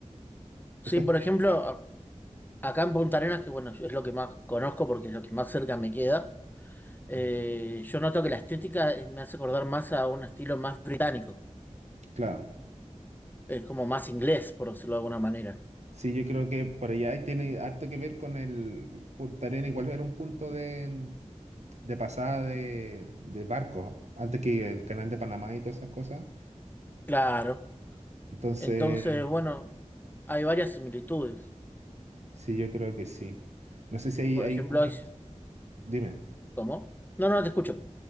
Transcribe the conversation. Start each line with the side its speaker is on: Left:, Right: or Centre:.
Left: Sí,
Right: esa estética.
Left: por ejemplo, a- acá en Punta Arenas, que bueno, es lo que más conozco porque es lo que más cerca me queda, eh,
Right: Mm,
Left: yo noto que la estética eh, me hace acordar más a un estilo más británico.
Right: Claro.
Left: Es como más inglés, por decirlo de alguna manera.
Right: Sí, yo creo que por allá ahí tiene harto que ver con el Punta Arenas, igual era un punto de, de pasada de, de barco, antes que el canal de Panamá y todas esas cosas.
Left: Claro.
Right: Entonces,
Left: Entonces, bueno, hay varias similitudes.
Right: Sí, yo creo que sí. No sé si hay,
Left: Por
Right: hay
Left: ejemplo,
Right: una-
Left: hay...
Right: Dime.
Left: ¿Cómo? No, no, te escucho.